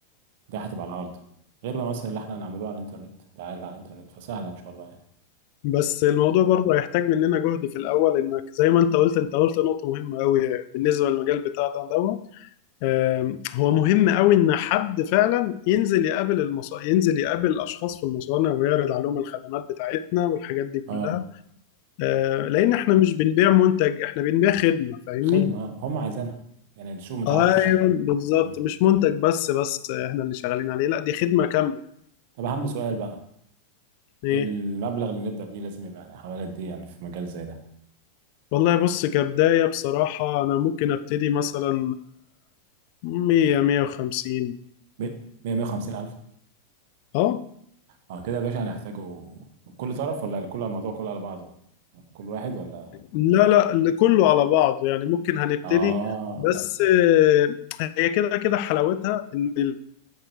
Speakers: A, on the right; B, on the left.
A: ده هتبقى على الارض غير بقى مثلا اللي احنا هنعمله على الانترنت ده عادي على الانترنت فسهله ان شاء الله يعني
B: بس الموضوع برضه هيحتاج مننا جهد في الأول إنك زي ما أنت قلت أنت قلت نقطة مهمة أوي بالنسبة للمجال بتاع ده دوت آم، هو مهم أوي إن حد فعلا ينزل يقابل المص... ينزل يقابل أشخاص في المصانع ويعرض عليهم الخدمات بتاعتنا والحاجات دي كلها
A: اه
B: آه، لأن إحنا مش بنبيع منتج إحنا بنبيع خدمة فاهمني؟
A: خدمه آه. هم عايزينها يعني السوق متعطش
B: أيوه
A: ليه
B: بالظبط
A: مم.
B: مش منتج بس بس إحنا اللي شغالين عليه لا دي خدمة كاملة
A: طب اهم سؤال بقى
B: إيه
A: المبلغ اللي نبدا بيه لازم يبقى يعني حوالي قد ايه يعني في مجال زي ده
B: والله بص كبداية بصراحة أنا ممكن أبتدي مثلا 100 150
A: 100 150 الف
B: اه
A: اه كده يا باشا هنحتاجه كل طرف ولا كل الموضوع كله على بعضه كل واحد ولا
B: لا لا اللي كله على بعضه يعني ممكن هنبتدي
A: اه
B: بس آه، هي كده كده حلاوتها ان ال-